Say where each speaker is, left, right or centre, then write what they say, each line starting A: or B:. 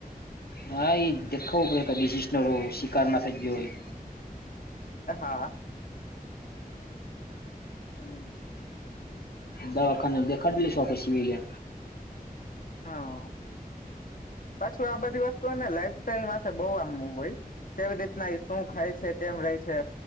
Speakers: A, on the left; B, on the left.
A: હા, એ દેખાવું પડે ડિઝિસ નરો શિકાર ના થઈ ગયો હોય.
B: આ હા હમ્મ.
A: દા એખન દખર દ છ, આપ આપ સિવિ લે
B: હા પાછું આ, બધી વસ્તુને લાઈ હોલ, બઉુ આમું હોય કેવી રીતના એ શું ખાય છે, કેમ રે છે.